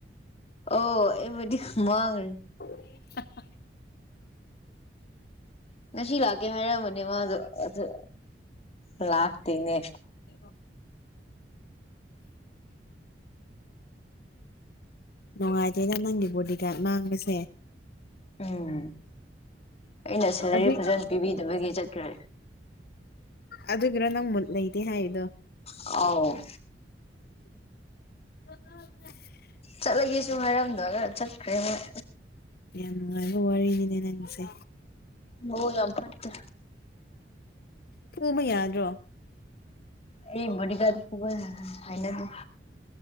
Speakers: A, on the left; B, on the left.
A: ꯑꯣ ꯑꯩꯕ‌ꯣꯗꯤ ꯃꯥꯡꯒꯔ‌ꯦ
B: <inaudible>
A: ꯉꯁꯤ ꯂꯥꯛꯀꯦ ꯍꯥꯏꯔꯝꯕꯅꯦ ꯃꯥꯗꯣ ꯑꯗꯨ ꯑ ꯂꯥꯛꯇꯅꯦ
B: <inaudible> ꯅꯨꯡꯉꯥꯏꯇ‌ꯦꯅ‌ꯦ ꯅꯪꯒꯤ ꯕꯣꯗꯤꯒꯥꯔꯗ ꯃꯥꯡꯕꯁꯦ
A: ꯎꯝ ꯑꯩꯅ ꯁꯦꯂꯔꯤ
B: ꯑꯗꯨ
A: ꯐꯖꯅ ꯄꯤꯕꯤꯗꯕꯒꯤ ꯆꯠꯈ꯭ꯔꯦ
B: ꯑꯗꯨꯒꯤꯔꯣ ꯅꯪ ꯃꯨꯠ ꯂꯩꯇꯦ ꯍꯥꯏꯔꯤꯗꯣ
A: ꯑꯥꯎ
B: <inaudible>
A: ꯆꯠꯂꯒ‌ꯦꯁꯨ ꯍꯥꯏꯔꯝꯗꯒ ꯆꯠꯈ꯭ꯔꯦ ꯃꯣꯏ
B: ꯌꯥꯝ ꯅꯨꯡꯉꯥꯏꯕ ꯋꯥꯔꯤꯅꯤꯅꯦ ꯅꯪꯒꯤꯁꯦ
A: ꯃꯕꯨꯛ ꯌꯥꯝ ꯐꯠꯇ
B: ꯐꯨꯕ ꯌꯥꯗꯔ‌ꯣ
A: ꯑꯩ ꯕ‌ꯣꯗꯤꯒꯥꯔꯗ ꯐꯨꯕ ꯍꯥꯏꯅ ꯗ‌ꯦ